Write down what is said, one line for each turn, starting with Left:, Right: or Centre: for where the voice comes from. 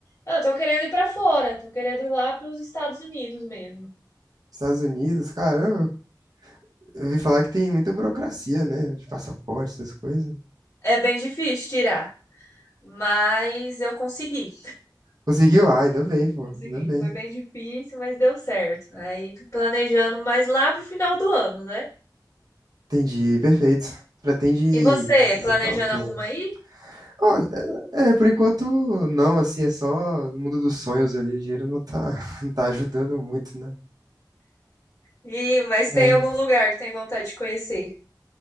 Left: Eu tô querendo ir pra fora, tô querendo ir lá pros Estados Unidos mesmo.
Right: Estados Unidos? Caramba, eu ouvi falar que tem muita burocracia, né? De passaporte, essas coisas.
Left: É bem difícil tirar, mas eu consegui.
Right: Conseguiu? Ah, ainda bem, pô.
Left: Consegui.
Right: Ainda bem.
Left: Foi bem difícil, mas deu certo. Aí tô planejando mais lá pro final do ano, né?
Right: Entendi, perfeito. Pretende
Left: E você,
Right: visitar
Left: planejando
Right: o quê?
Left: alguma aí?
Right: Olha, é, por enquanto, não, assim, é só no mundo dos sonhos ali. O dinheiro não tá, <laughs> não tá ajudando muito, né?
Left: Ih, mas
Right: É,
Left: tem algum lugar que tem vontade de conhecer?